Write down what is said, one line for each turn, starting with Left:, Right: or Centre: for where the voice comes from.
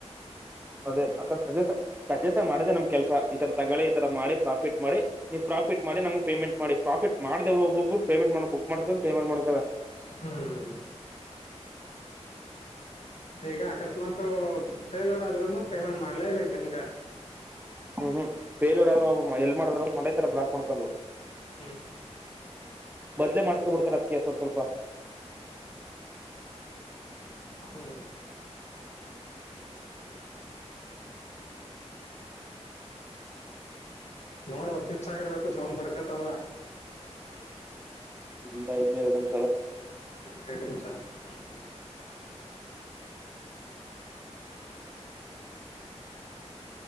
Right: ಹ ಅದೇ ಆರ ಸಜ ಸಜೆಷನ್ ಮಾಡ್ದೆ ನಮ್ ಕೆಲ್ಸ ಈತರ ತಗಳಿ ಈತರ ಮಾಡಿ ಪ್ರಾಫಿಟ್ ಮಾಡಿ ನೀ ಪ್ರಾಫಿಟ್ ಮಾಡಿ ನಮ್ಗ್ ಪೇಮೆಂಟ್ ಮಾಡಿ ಪ್ರಾಫಿಟ್ ಮಾಡ್ದೆವ್ರು ಒಬ್ಬೊಬ್ಬರು ಪೇಮೆಂಟ್ ಮಾಡ್ ಬುಕ್ ಮಾಡ್ಕಂಡ್ ಪೇಮೆಂಟ್ ಮಾಡ್ತರ.
Left: ಹ್ಮ್ ಈಗ ಅಕಸ್ಮಾತ್ ಫೇಲ್ಯೂರ್ ಆದ್ರುನು ಪೇಮೆಂಟ್ ಮಾಡ್ಲೇಬೇಕ್ ನಮ್ಗ.
Right: ಹು ಹು ಫೇಲ್ಯೂರ್ ಅದ್ರು ಅವ್ರ್ ಎಲ್ ಮಾಡುದ್ರೊ ಕೊಂಡೊಯ್ತಾರ ಬ್ಲಾಕ್ ಮಾಡ್ಕೊಂಡು.
Left: ಹ
Right: ಮೊದ್ಲೇ ಮಾಡ್ಸ್ಕೊಬುಡ್ತಾರೆ ಅದಕ್ಕೆ ಸ್ವಲ್ಪ್ ಸ್ವಲ್ಪ.
Left: ಹ್ಮ್ ಹಾ ನೋಡೊ ತಿನ್ಸ ಆಗಿರ್ಬೇಕು ಸೌಂಡ್ ಬಡ್ಕತ್ತವ.
Right: ಇಲ್ಲ ಇನ್ನ ಎರಡ್ ನಿಮ್ಷ ಅದ.
Left: ಇನ್ನ ಎರಡ್ ನಿಮ್ಷ ಹ್ಮ್.